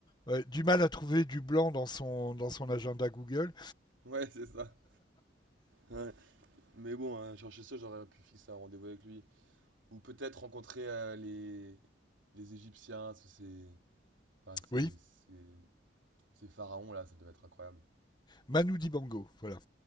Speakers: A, on the left; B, on the right.
A: euh, ouais, du mal à trouver du blanc dans son, dans son agenda Google.
B: Ouais, c'est ça. Ouais. Mais bon, hein, chercher ça, j'aurais pu fixer un rendez-vous avec lui. Ou peut-être rencontrer euh, les... les Égyptiens, ce- ces... Enfin, ces...
A: Oui,
B: ces- ces pharaons là, ça devait être incroyable.
A: Manu Dibango, voilà.